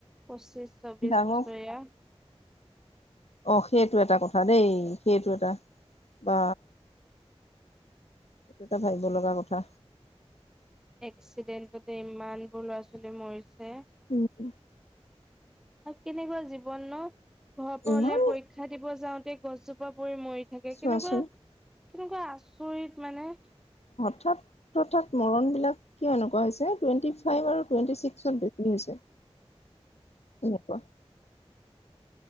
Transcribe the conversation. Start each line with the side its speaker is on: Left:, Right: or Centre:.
Centre: পচিছ চবিশ
Left: ডাঙৰ
Centre: বছৰীয়া।
Left: অ, সেইটো এটা কথা দেই সেইটো এটা বা এইটো এটা ভাবিব লগা কথা।
Centre: এক্সিডেন্টতে ইমানবোৰ ল'ৰা- ছোৱালী মৰিছে।
Left: উম।
Centre: কেনেকুৱা জীৱন ন ঘৰৰ পৰা
Left: ইমান
Centre: ওলাই পৰীক্ষা দিব যাও তেই গছজোপা পৰি মৰি থাকে,
Left: চোৱাচোন
Centre: কেনেকুৱা কেনেকুৱা আচৰিত মানে।
Left: অৰ্থাৎ তথৎ মৰণ বিলাক কিয় এনেকুৱা হৈছে টুৱেণ্টি ফাইভ আৰু টুৱেন্টি ছিক্সত বেছি হৈছে এনেকুৱা।